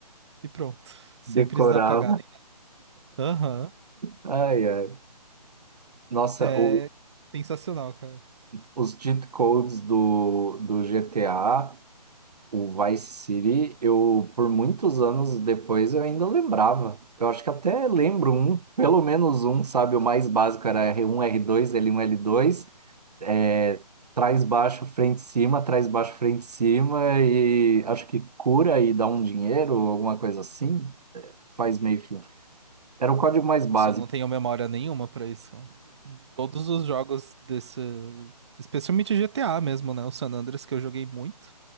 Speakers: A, on the right; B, on the right.
A: e pronto. <laughs> Sempre
B: decorava.
A: pagar. Aham.
B: Ai, ai. Nossa,
A: É
B: o-
A: sensacional, cara.
B: os cheat codes do, do GTA, o Vice City, eu por muitos anos depois eu ainda lembrava. Eu acho que até lembro um, pelo menos um, sabe? O mais básico era R1, R2, L1, L2, é, trás baixo, frente cima, trás baixo, frente cima, e acho que cura e dá um dinheiro, alguma coisa assim. Faz meio que. Era o código mais básico.
A: Se eu não tenho memória nenhuma pra isso, cara. Todos os jogos desse. Especialmente GTA mesmo, né? O San Andreas que eu joguei muito.